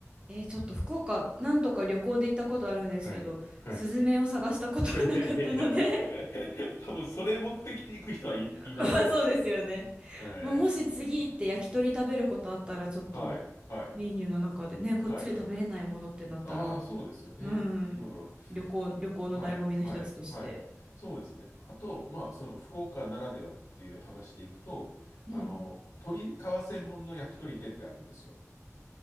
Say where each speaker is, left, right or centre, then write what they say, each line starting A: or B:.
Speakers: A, on the right (about 20°); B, on the left (about 80°).
A: えーちょっと福岡何度か旅行で行ったことあるんですけど、
B: はい。はい。
A: スズメを探したことはなかったので
B: いやいやい
A: <laughs>
B: やいや多分それ目的で行く人はい、いないと。
A: まあそうですよね。
B: はい。
A: まあ、もし次行って焼き鳥食べることあったら、ちょっと
B: はい。はい。
A: メニューの中でね、こっちで食べれないものってなったら、
B: はい。ああ、そうですよね。
A: うん、
B: うん。
A: 旅行、旅行の醍醐味の一つとして。
B: はい。はい。はい。そうですね。あと、まあ、その福岡ならではっていう話でいくと、
A: うん。
B: あの、鶏皮専門の焼き鳥店ってあるんですよ。